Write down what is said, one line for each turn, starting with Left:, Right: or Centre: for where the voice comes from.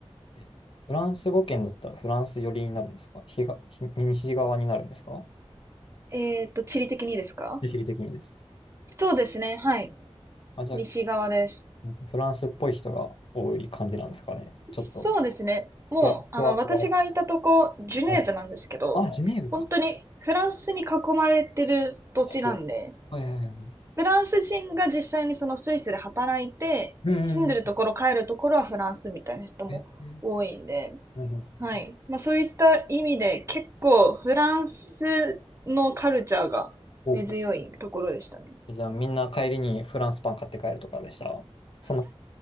Left: えフランス語圏だったらフランス寄りになるんですか東、ひ西側になるんですか
Right: えーっと、地理的にですか
Left: 地理的にです。
Right: そうですね。はい。
Left: あ、じゃ
Right: 西側です。
Left: あ、フランスっぽい人が多い感じなんですかね。
Right: そうですね。
Left: ちょっと、
Right: もう、
Left: ふわふわ
Right: あの、私がいたとこ、ジュネーブなんですけど、
Left: ふわ。あ、ジュネーブか。
Right: 本当にフランスに囲まれてる土地なんで、
Left: ほう。はいはいはいはい。
Right: フランス人が実際にそのスイスで働いて、
Left: うんうん。
Right: 住んでるところ、帰るところはフランスみたいな人も多いんで、
Left: え、えなるほど。
Right: はい。まあそういった意味で、結構フランスのカルチャーが根強いところでしたね。
Left: ほうほう。じゃあ、みんな帰りにフランスパン買って帰るとかでした。そんな、